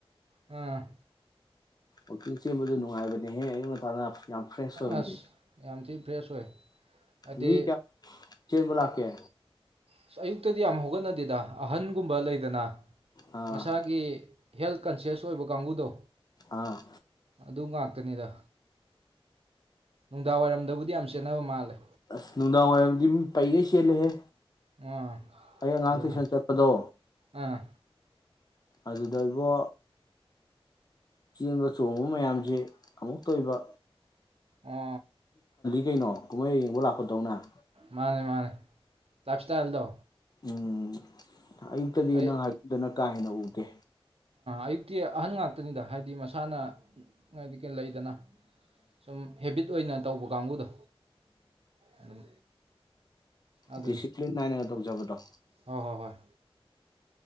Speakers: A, on the right; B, on the left.
A: ꯎꯝ
B: ꯋꯥꯛꯀꯤꯡ ꯁꯦꯝꯕꯗ ꯅꯨꯡꯉꯥꯏꯕꯅꯦꯍꯦ ꯑꯌꯨꯛ ꯉꯟꯇꯥꯅ ꯌꯥꯝ ꯐ꯭ꯔꯦꯁ ꯑꯣꯏꯕꯅꯦ
A: ꯑꯁ ꯌꯥꯝ ꯊꯤ ꯐ꯭ꯔꯦꯁ ꯑꯣꯏ ꯍꯥꯏꯗꯤ
B: ꯃꯤ ꯀꯌꯥ ꯆꯦꯕꯂ ꯀꯦ
A: ꯑꯁ ꯑꯌꯨꯛꯇꯗꯤ ꯌꯥꯝ ꯍꯧꯒꯠꯅꯗꯦꯗ ꯑꯍꯟꯒꯨꯝꯕ ꯂꯩꯗꯅ
B: ꯑꯥ
A: ꯃꯁꯥꯒꯤ ꯍꯦꯜꯊ ꯀꯟꯁꯤꯌꯁ ꯑꯣꯏꯕ ꯀꯥꯡꯕꯨꯨꯗꯣ
B: ꯑꯥ
A: ꯑꯗꯨ ꯉꯥꯛꯇꯅꯤꯗ ꯅꯨꯡꯗꯥꯡꯋꯥꯏꯔꯝꯗꯕꯨꯗꯤ ꯌꯥꯝ ꯆꯦꯟꯅꯕ ꯃꯥꯜꯂꯦ
B: ꯑꯁ ꯅꯨꯡꯗꯥꯡ ꯋꯥꯏꯔꯝꯗꯤ ꯃꯤ ꯄꯩꯉꯩ ꯆꯦꯠꯂꯦꯍꯦ
A: ꯑꯥ
B: ꯑ ꯉꯥꯡ
A: ꯑꯗꯨꯅꯦ
B: ꯐꯁꯟ ꯆꯦꯠꯄꯗꯣ
A: ꯑꯥ
B: ꯑꯗꯨꯗꯩꯕꯣ ꯆꯦꯟꯕ ꯆꯣꯡꯕ ꯃꯌꯥꯝꯁꯦ ꯑꯃꯨꯛꯇ ꯑꯣꯏꯕ
A: ꯑ
B: ꯀꯩꯅꯣ ꯀꯨꯝꯍꯩ ꯌꯦꯡꯕ ꯂꯥꯛꯄꯗꯧꯅꯪ
A: ꯃꯥꯅꯦ ꯃꯥꯅꯦ ꯇꯥꯏꯞ ꯏꯁꯇꯥꯏꯜꯗꯣ
B: ꯎꯝ ꯑꯌꯛꯇꯗꯤꯅ
A: ꯑꯩ
B: ꯍꯥꯏꯅ ꯀꯥ ꯍꯦꯟꯅ ꯎꯒꯦ
A: ꯑꯌꯨꯛꯇꯤ ꯑꯍꯟ ꯉꯥꯛꯇꯅꯤꯗ ꯍꯥꯏꯗꯤ ꯃꯁꯥꯅ ꯍꯥꯏꯗꯤ ꯀꯩ ꯂꯩꯗꯅ ꯁꯨꯝ ꯍꯦꯕꯤꯠ ꯑꯣꯏꯅ ꯇꯧꯕ ꯀꯥꯡꯕꯨꯗꯣ ꯑꯗꯨꯝ ꯑꯗꯨꯅꯤ
B: ꯗꯤꯁꯤꯄ꯭ꯂꯤꯤꯟ ꯅꯥꯏ ꯅ ꯇ ꯆꯕꯗꯣ
A: ꯍꯣꯏ ꯍꯣꯏ ꯍꯣꯏ